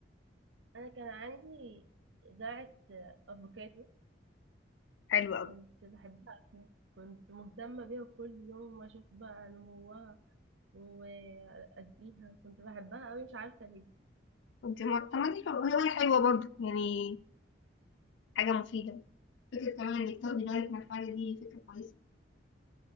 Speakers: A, on the right; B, on the left.
A: انا كان عندي زرعه افوكادو
B: حلوة قوي
A: كنت بحبها أوي. كنت مهتمه بيها كل يوم واشوف بقى نموها واسقيها كنت بحبها قوي مش عارفه ليه
B: انت ما طب ما دي حلوة- هواية حلوة برضه يعني حاجة مفيدة فكرة كمان انك تاخدي بالك من الحاجة دي فكرة كويسة